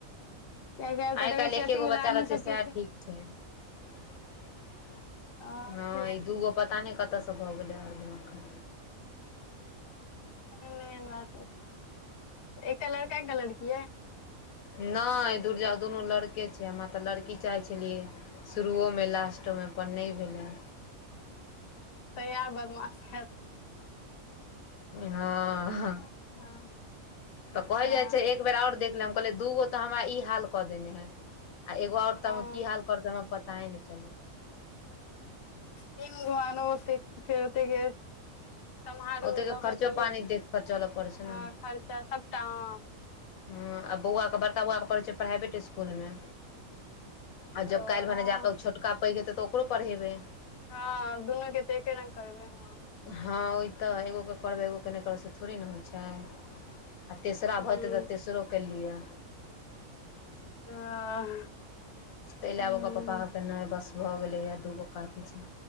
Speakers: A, on the left (about 50°); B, on the left (about 80°).
A: कियाकि तऽ
B: आइ
A: देखै
B: काल्हि
A: छियै
B: एके
A: अथी
B: गो
A: वाला
B: बच्चा
A: आदमी
B: रहै छै,
A: सबके
B: सएह
A: एते
B: ठीक छै। हँ,
A: हँ से
B: ई दूगो पता नहि कतऽ से भऽ गेलै, हरदिम के।
A: नहि एन बात बाजू, एकटा लड़का, एकटा लड़की अय?
B: नहि धूरर्जा दुनू लड़के छै, हमरा तऽ लड़की चाहै छलियै। <inaudible> शुरुओमे लास्टोमे पर नहि भेलै।
A: तै आर बदमाश हैत।
B: हँ,
A: हँ
B: तऽ
A: अच्छा
B: कहै जाइ छै, एक एकबेर और देख ले, हम कहले दूगो तऽ हमरा ई हाल क देने है, आ एगो और
A: हँ
B: तऽ की हाल करते। <inaudible> पता नहि चलत।
A: तीन घवानो ओत फेरोते के सम्हारो
B: ओतेक
A: लऽ के
B: खर्चो
A: चलू,
B: पानी देख कऽ चलऽ पड़ै छै
A: हँ,
B: ने
A: खर्चा सबटा हँ।
B: ह, आ बौआके बड़का बौआ के पढ़ै छै, प्राइवेट इसकुल मे।
A: ओ
B: आ जब काल्हि भेने
A: हँ
B: जा कऽ, ओ छोटका पैघ हेतै तऽ ओकरो पढ़ेबै।
A: हँ, दुनूके तऽ एके रङ्ग करबै हम।
B: हँ ओय त एगो क करबै एगो क नहि करबै, से थोड़ी न होइ छय। आ तेसरा
A: हूँ
B: भऽ जेतै तऽ तेसरो क लिय।
A: <unintelligible>
B: तय लए
A: हूँ
B: ओकर पप्पा कहकै नहि, बस भऽ गेलैए दूगो काफी छै।